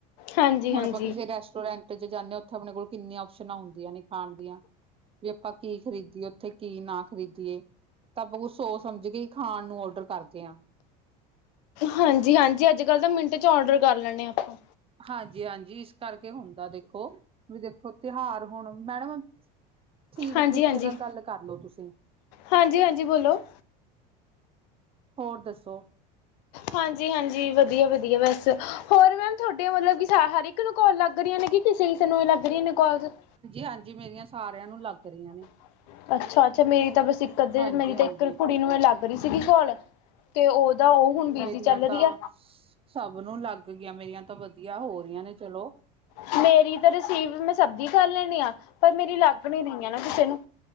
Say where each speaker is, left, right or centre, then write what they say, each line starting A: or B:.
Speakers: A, on the left; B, on the right.
A: ਹਾਂਜੀ
B: ਹੁਣ
A: ਹਾਂਜੀ
B: ਆਪਾਂ ਕਿਸੇ ਰੈਸਟੋਰੈਂਟ ਅੱਜ ਜਾਨੇ ਆ ਉਥੇ ਆਪਣੇ ਕੋਲ ਕਿੰਨੀਆਂ ਆਪਸ਼ਨਾ ਹੁੰਦੀਆਂ ਨੇ ਖਾਣ ਦੀਆਂ ਵਈ ਆਪਾਂ ਕੀ ਖਰੀਦੀਏ ਉੱਥੇ ਕੀ ਨਾ ਖਰੀਦੀਏ। ਤਾਂ ਬਹੁਤ ਸੋਚ ਸਮਝ ਕੇ ਹੀ ਖਾਣ ਨੂੰ ਔਡਰ ਕਰਦੇ ਹਾਂ।
A: ਹਾਂਜੀ-ਹਾਂਜੀ ਅੱਜ ਕੱਲ੍ਹ ਤਾਂ ਮਿੰਟ ਚ ਔਡਰ ਕਰ ਲੈਣੇ ਹਾਂ ਆਪਾਂ।
B: ਹਾਂਜੀ-ਹਾਂਜੀ ਇਸ ਕਰਕੇ ਹੁੰਦਾ ਦੇਖੋ ਵਈ ਦੇਖੋ ਤਿਉਹਾਰ ਹੁਣ ਮੈਡਮ ਠੀਕ
A: ਹਾਂਜੀ
B: ਤਰੀਕੇ
A: ਹਾਂਜੀ
B: ਨਾਲ ਗੱਲ ਕਰਲੋ ਤੁਸੀਂ।
A: ਹਾਂਜੀ ਹਾਂਜੀ ਬੋਲੋ
B: ਹੋਰ ਦੱਸੋ।
A: ਹਾਂਜੀ-ਹਾਂਜੀ, ਵਧੀਆ-ਵਧੀਆ, ਬਸ ਹੋਰ ਮੈਮ ਤੁਹਾਡੇ ਵੱਲੋਂ ਕੀ ਮਤਲਬ ਕਿ ਹਰ ਇਕ ਕਿਨੂੰ ਕਾਲ ਲੱਗ ਰਹੀਆਂ ਨੇ ਜਾਂ ਕਿਸੇ-ਕਿਸੇ ਨੂੰ ਲੱਗ ਰਹੀਆਂ ਨੇ। ਕਾਲਜ ਹਾਂਜੀ
B: ਹਾਂਜੀ ਮੇਰੀਆਂ ਸਾਰਿਆਂ ਨੂੰ ਲੱਗ ਰਹੀਆਂ ਨੇ
A: <unintelligible> ਅੱਛਾ-ਅੱਛਾ, ਮੇਰੀ ਤਾਂ ਬਸ ਇੱਕ ਅੱਧੇ
B: ਹਾਂਜੀ
A: ਨੂੰ ਮੇਰੀ
B: ਹਾਂਜੀ
A: ਇੱਕ ਕੁੜੀ ਨੂੰ ਹੀ ਲੱਗ ਰਹੀ ਸੀ ਕੋਲ। ਤੇ ਉਹਦਾ ਉ ਹੁਣ ਬਿਜੀ
B: ਮੇਰੀ
A: ਚੱਲ
B: ਤਾਂ
A: ਰਹੀ ਆ
B: ਸਭ ਨੂੰ ਲੱਗ ਗਿਆ ਮੇਰੀਆਂ ਤਾਂ ਵਧੀਆ ਹੋ ਰਹੀਆਂ ਨੇ ਚਲੋ।
A: ਹੈਲੋ ਮੇਰੀ ਤਾਂ ਰਸੀਵ ਮੈਂ ਸਭ ਦੀ ਕਰ ਲੈਣੀ ਹਾਂ ਪਰ ਮੇਰੀ ਲੱਗ ਨੀ ਰਹੀਆਂ ਨਾ ਕਿਸੇ ਨੂੰ।